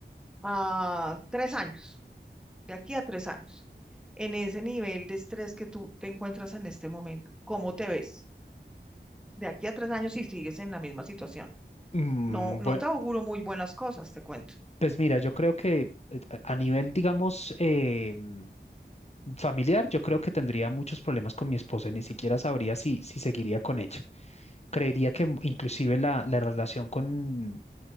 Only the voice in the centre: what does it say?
a tres años, de aquí a tres años, en ese nivel de estrés que tú te encuentras en este momento, ¿cómo te ves? De aquí a tres años si sigues en la misma situación.
No, no
te auguro muy buenas cosas, te cuento.